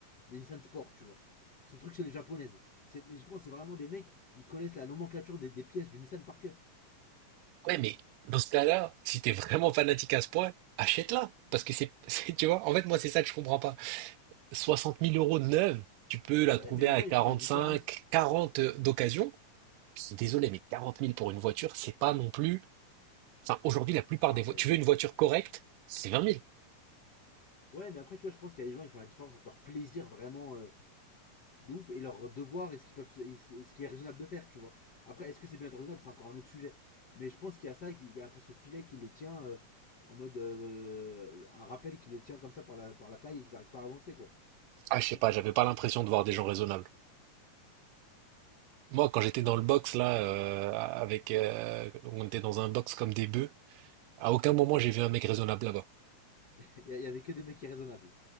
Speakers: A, on the left; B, on the right.
A: Des Nissan Sport, tu vois. Son truc, c'est les japonaises. Mais je pense que c'est vraiment des mecs, ils connaissent la nomenclature des, des pièces du Nissan par cœur.
B: Ouais, mais dans ce cas-là, si t'es vraiment fanatique à ce point, achète-la. Parce que c'est, <laughs> c'est- tu vois, en fait, moi, c'est ça que je comprends pas. 60 000 euros de neuve, tu peux la
A: Ouais,
B: trouver
A: mais les
B: à
A: gens,
B: 45,
A: ils font la différence.
B: 40 d'occasion. Je suis Désolé, mais 40 000 pour une voiture, c'est pas non plus. Enfin, aujourd'hui, la plupart
A: Non,
B: des voitures,
A: mais.
B: tu veux une voiture correcte, c'est 20 000.
A: Ouais, mais après, tu vois, je pense qu'il y a des gens, ils font la différence entre leur plaisir vraiment euh, de ouf et leur devoir et ce qu'ils peuvent, et ce qui est raisonnable de faire, tu vois. Après, est-ce que c'est bien raisonnable C'est encore un autre sujet. Mais je pense qu'il y a ça, qu'il y a un peu ce filet qui les tient euh, en mode. euh, un rappel qui les tient comme ça par la, par la taille et qu'ils n'arrivent pas à avancer, quoi.
B: Ah,
A: Là-dessus.
B: je sais pas, j'avais pas l'impression de voir des gens raisonnables. Moi, quand j'étais dans le box, là, euh, avec, euh, on était dans un box comme des bœufs, à aucun moment j'ai vu un mec raisonnable là-bas.
A: Il <laughs> y avait que des mecs irraisonnables.